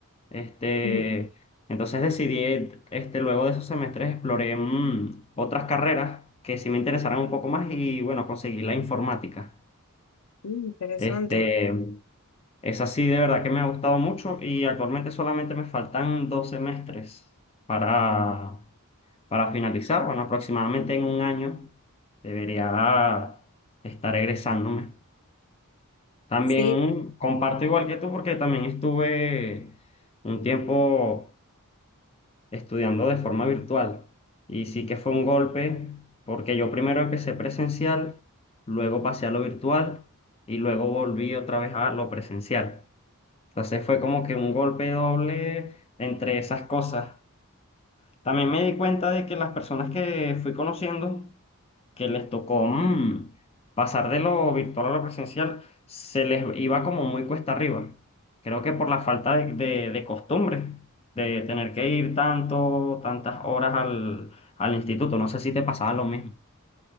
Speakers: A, on the left; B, on the left.
A: Este,
B: mm,
A: entonces decidí, este, luego de esos semestres exploré mm, otras carreras que sí me interesaran un poco más y bueno, conseguí la informática.
B: Interesante.
A: Este, esa sí de verdad que me ha gustado mucho y actualmente solamente me faltan dos semestres para, para finalizar. Bueno, aproximadamente en un año debería estar egresándome. También
B: Sí,
A: comparto igual que tú porque también estuve un tiempo estudiando de forma virtual y sí que fue un golpe porque yo primero empecé presencial, luego pasé a lo virtual y luego volví otra vez a lo presencial. Entonces fue como que un golpe doble entre esas cosas. También me di cuenta de que las personas que fui conociendo, que les tocó mm, pasar de lo virtual a lo presencial, se les iba como muy cuesta arriba. Creo que por la falta de, de- de costumbre, de tener que ir tanto, tantas horas al, al instituto. No sé si te pasaba lo mismo.